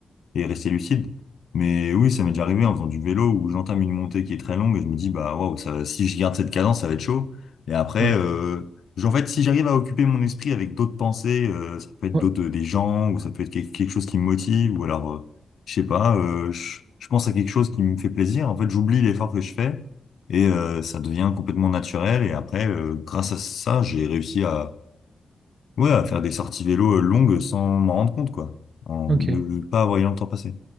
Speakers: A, on the left (about 75°); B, on the right (about 50°).
A: et rester lucide. Mais oui, ça m'est déjà arrivé en faisant du vélo où j'entame une montée qui est très longue et je me dis, bah waouh, ça, si je garde cette cadence, ça va être chaud. Et après,
B: Ouais.
A: euh, j- en fait, si j'arrive à occuper mon esprit avec d'autres pensées, euh, ça peut être
B: Ouais,
A: d'autres, des gens, ou ça peut être quel- quelque chose qui me motive, ou alors, euh, je sais pas, euh, je, je pense à quelque chose qui me fait plaisir. En fait, j'oublie l'effort que je fais et euh, ça devient complètement naturel. Et après, euh, grâce à ça, j'ai réussi à, ouais, à faire des sorties vélo euh, longues sans m'en rendre compte, quoi, en
B: ok.
A: ne pas voyant le temps passer.